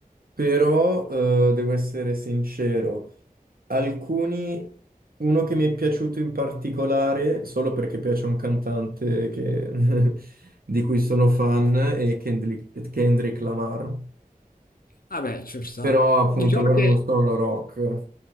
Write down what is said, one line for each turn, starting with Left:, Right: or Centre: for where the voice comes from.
Right: Però, eh, devo essere sincero, alcuni... Uno che mi è piaciuto in particolare, solo perché piace a un cantante che- <laughs> di cui sono fan, è Kendrick, Kendrick Lamar.
Left: vabbè, ci sta.
Right: Però appunto
Left: Diciamo
Right: loro
Left: che
Right: non sono rock.